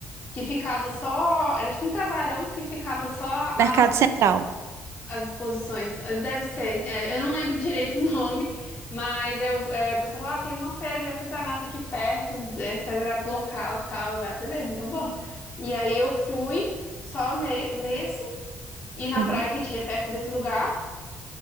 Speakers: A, on the left; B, on the right.
A: que ficava só, era tipo um casarão que ficava só
B: Mercado Central.
A: As exposições. Deve ser. É, eu não lembro direito o <laughs> nome, mas eu, é, o pessoal fala, ah, tem uma feira de artesanato aqui perto, é, artesanato local e tal. Eu, "Ah, beleza, então vamos. E aí eu fui só ne- nesse e na
B: Uhum.
A: praia que tinha perto desse lugar.